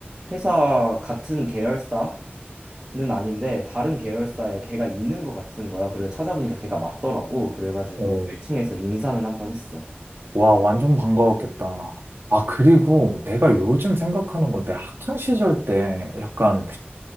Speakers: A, on the right (about 25°); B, on the right (about 70°).
A: 회사 같은 계열사는 아닌데 다른 계열사에 걔가 있는 것 같은 거야. 그래서 찾아보니까 걔가 맞더라고. 그래가지고
B: 어,
A: 1층에서 인사는 한 번 했어.
B: 와, 완전 반가웠겠다. 아, 그리고 내가 요즘 생각하는 건데, 학창 시절 때 약간,